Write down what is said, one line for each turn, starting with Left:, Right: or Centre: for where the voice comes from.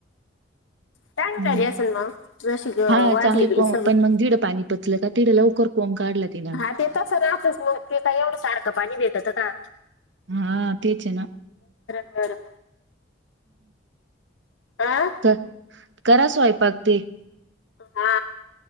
Left: चांगली
Right: ह
Left: झाली असेल मग जशी ग
Right: हा
Left: वाढली
Right: चांगले
Left: बी
Right: कोंब
Left: सगळं
Right: पण मग जड पाणी पचलं का तिड लवकर कोंब काढला तिनं
Left: हा ते तसं राहतच मग ते काय एवढं सारखं पाणी देत का का?
Right: हा तेच आहे ना.
Left: बर. हा
Right: कर करा स्वयंपाक तेन
Left: हा